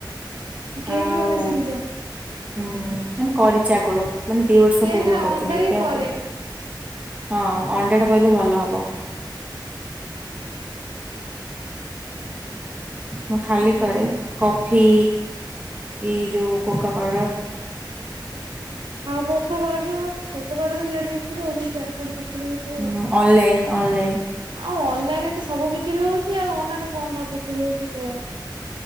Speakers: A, on the right (about 70°); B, on the right (about 15°).
A: କେକ୍
B: ଆଉ
A: ବି ବନେଇ ଶିଖିଛ?
B: ହୁଁ ମାନେ କରିଛି ଆଗରୁ ମାନେ ଦି ବର୍ଷ
A: କେକ୍
B: ପୂର୍ବରୁ
A: ରେ
B: କରିଥିଲି
A: ଅଣ୍ଡା
B: ଏବେ
A: ହିଁ
B: ଆଉ
A: ପଡେ
B: କର ହଁ ଅଣ୍ଡା ଟା ପହିଲେ ଭଲ ହବ। ମୁଁ ଖାଲି
A: ହୁଁ
B: କରେ କଫି ଏଇ ଯୋଉ କୋକ ପାଉଡର।
A: <unintelligible> ଆଉ
B: ହଁ ଅନ୍ଲାଇନ୍ ଅନ୍ଲାଇନ୍।
A: ଆଉ ଅନଲାଇନ ରେ ତ ସବୁ ବିକ୍ରି ହଉଛି ଆଉ। ଅନଲାଇନ ରେ କଣ ବିକ୍ରି ହଉଛି କୁହନା।